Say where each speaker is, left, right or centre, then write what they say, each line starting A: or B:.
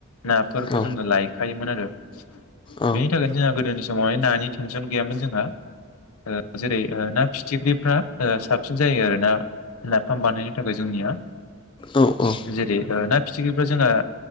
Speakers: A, on the left; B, on the left.
A: नाफोरखौ
B: औ
A: जोङो लायखायोमोन आरो बेनि
B: औ
A: थाखायनो जोंहा गोदोनि समावहाय नानि टेनसन गैयामोन जोंहा ओ जेरै ना फि थिख्रिफ्रा ओ साबसिन जायो आरो ना नाफाम बानायनो थाखाय जोंनिया
B: औ औ
A: जेरै ओ ना फिथिख्रिफ्रा जोंहा